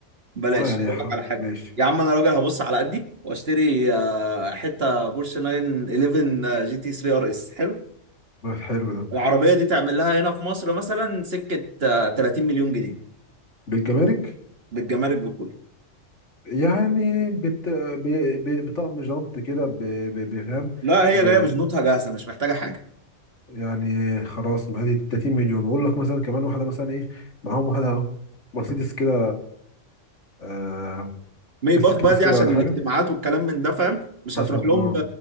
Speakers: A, on the right; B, on the left.
A: بلاش
B: اه يعني
A: بقول
B: ح-
A: لك على حاجه
B: ماشي
A: يا عم انا راجل هبص على قدي واشتري آه، حته بورش 911 جي تي 3 ار اس حلو
B: حلو ده
A: العربية دي تعمل لها هنا في مصر مثلا سكة آه، 30 مليون جنيه
B: بالجمارك
A: بالجمارك بكله
B: يعني بت... ب... ب... بطقم جنط كده ب... ب... بفهم
A: لا هي
B: ب...
A: جاية بجنودها جاهزة مش محتاجة حاجة
B: يعني خلاص ما هذه 30 مليون واقول لك مثلا كمان واحده مثلا ايه معاهم واحده اهو مرسيدس كده آه...
A: ميباخ
B: اس كلاس
A: بقى دي
B: كده
A: عشان
B: ولا حاجه
A: الاجتماعات والكلام من ده فاهم مش
B: مثلا
A: هتروح
B: اه
A: لهم ب-